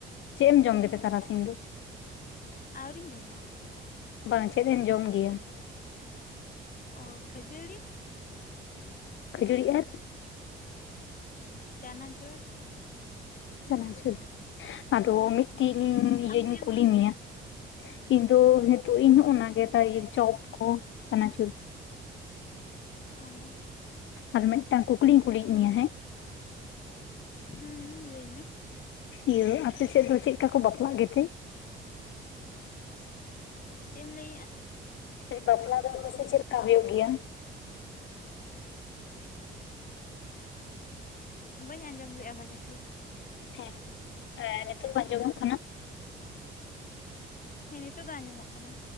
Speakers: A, on the left; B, on the left.
A: ᱪᱮᱫ ᱮᱢ ᱡᱚᱢ ᱜᱮᱛᱮ ᱛᱟᱨᱟᱥᱤᱧ ᱫᱚ?
B: ᱟᱹᱣᱨᱤᱧ ᱡᱚᱢᱟ᱾
A: ᱵᱟᱝ ᱪᱮᱫ ᱮᱢ ᱡᱚᱢ ᱜᱮᱭᱟ?
B: ᱚ ᱠᱷᱟᱹᱡᱟᱹᱲᱤ?
A: ᱠᱷᱟᱹᱡᱟᱹᱲᱤ ᱟᱨ
B: ᱪᱟᱱᱟ ᱪᱩᱨ,
A: ᱪᱟᱱᱟᱪᱩᱨ ᱟᱫᱚ ᱢᱤᱫᱴᱤᱡ
B: ᱦᱮᱸ
A: ᱤᱧ ᱤᱭᱟᱹᱧ
B: ᱟᱢ ᱪᱮᱫ ᱮᱢ
A: ᱠᱩᱞᱤ
B: ᱡᱚᱢ
A: ᱢᱮᱭᱟ
B: ᱠᱮᱭᱟ
A: ᱤᱧ ᱫᱚ ᱱᱤᱛᱚᱜ ᱤᱧ ᱦᱚᱸ ᱚᱱᱟᱜ ᱪᱚᱯ ᱠᱚ ᱪᱟᱱᱟᱪᱩᱨ
B: ᱚᱸ᱾
A: ᱟᱨ ᱢᱤᱫᱴᱟᱝ ᱠᱩᱠᱞᱤᱧ ᱠᱩᱞᱤᱭᱮᱫ ᱢᱮᱭᱟ ᱦᱮᱸ
B: ᱦᱮᱸ ᱞᱟᱹᱭ ᱢᱮ?
A: ᱤᱭᱟᱹ ᱟᱯᱮ ᱥᱮᱫ ᱫᱚ ᱪᱮᱫ ᱞᱮᱠᱟ ᱠᱚ ᱵᱟᱯᱞᱟᱜ ᱜᱮᱛᱮ?
B: ᱪᱮᱫ ᱮᱢ ᱞᱟᱹᱭᱮᱜᱼᱟ?
A: ᱵᱟᱯᱞᱟ ᱫᱚ ᱟᱯᱮ ᱥᱮᱫ ᱪᱮᱫ ᱞᱮᱠᱟ ᱦᱩᱭᱩᱜ ᱜᱮᱭᱟ?
B: ᱵᱟᱹᱧ ᱟᱸᱡᱚᱢ ᱞᱮᱜᱼᱟ ᱵᱷᱟᱜᱮ ᱴᱷᱤᱠ᱾
A: ᱦᱮᱸ ᱮᱸᱻ ᱱᱤᱛᱚᱜ ᱟᱸᱡᱚᱢᱚᱜ ᱠᱟᱱᱟ᱾
B: ᱦᱮᱸ ᱱᱤᱛᱚᱜ ᱫᱚ ᱟᱸᱡᱚᱢᱚᱜ ᱠᱟᱱᱟ᱾